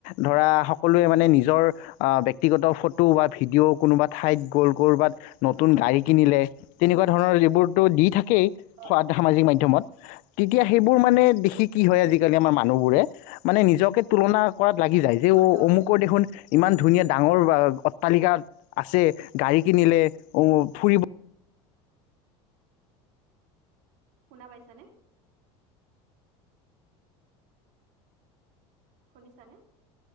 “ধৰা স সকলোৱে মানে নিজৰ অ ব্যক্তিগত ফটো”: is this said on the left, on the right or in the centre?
Left